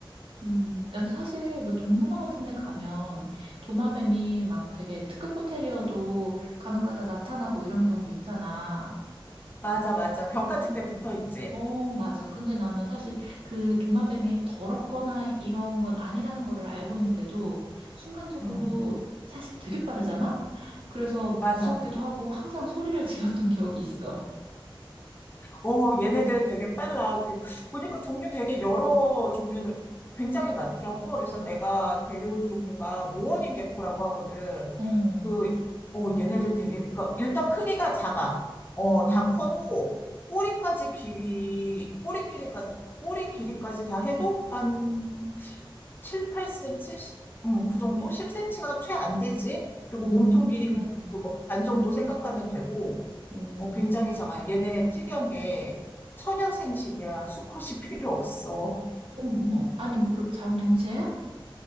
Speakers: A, on the right; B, on the left.
A: 음, 나 사실 뭐 동남아 같은 데 가면 도마뱀이 막 되게 특급 호텔이어도 간혹가다 나타나고 이런 경우 있잖아.
B: 맞아, 맞아. 벽 같은 데 붙어 있지.
A: 어, 맞아. 근데 나는 사실 그 도마뱀이 더럽거나 이런 건 아니라는 거를 알고 있는데도 순간적으로
B: 응,
A: 사실 되게 빠르잖아? 그래서
B: 맞아.
A: 무섭기도 하고 항상 소리를 질렀던 기억이 있어.
B: 어, 얘네들 되게 빨라. 그, 보니까 종류 되게 여러 종류들 굉장히 많더라고. 그래서 내가 데려온 종류가 모어닝 개코라고 하거든.
A: <laughs> 어,
B: 그, 어, 얘네들 되게, 그러니까 일단 크기가 작아. 어,
A: 음,
B: 다 커도 꼬리까지 길이, 꼬리 길이까지, 꼬리 길이까지 다 해도 한 7, 8cm, 음, 그 정도? 10cm가 최 안 되지? 그리고
A: 음,
B: 몸통 길이 한 그거 반 정도 생각하면 되고,
A: 음.
B: 어, 굉장히 작아. 얘네 특이한 게천연 생식이야. 수컷이 필요 없어.
A: 어머, 어머. 아니, 뭐 그럼 자웅 동체야?